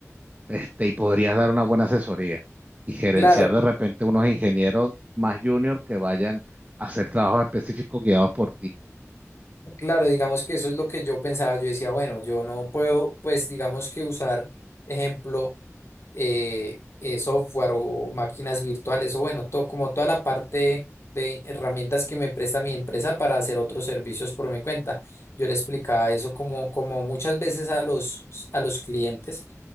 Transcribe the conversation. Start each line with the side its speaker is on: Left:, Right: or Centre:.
Right: este, y podrías dar una buena asesoría y gerenciar
Left: Claro,
Right: de repente unos ingenieros más junior que vayan a hacer trabajos específicos guiados por ti.
Left: Claro, digamos que eso es lo que yo pensaba. Yo decía, bueno, yo no puedo, pues digamos que usar, ejemplo, eh, eh, software o máquinas virtuales o bueno, todo, como toda la parte de herramientas que me presta mi empresa para hacer otros servicios por mi cuenta. Yo le explicaba eso como, como muchas veces a los, a los clientes.